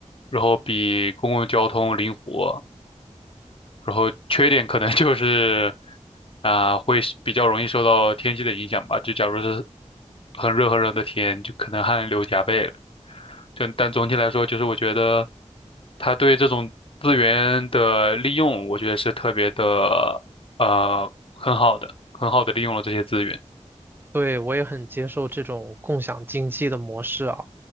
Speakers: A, on the left (about 45°); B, on the right (about 15°).
A: 然后比公共交通灵活，然后缺点可能就是啊、会是比较容易受到天气的影响吧。就假如是很热很热的天，就可能汗流浃背了。就但总体来说，就是我觉得他对这种资源的利用，我觉得是特别的呃很好的，很好的利用了这些资源。
B: 对，我也很接受这种共享经济的模式啊。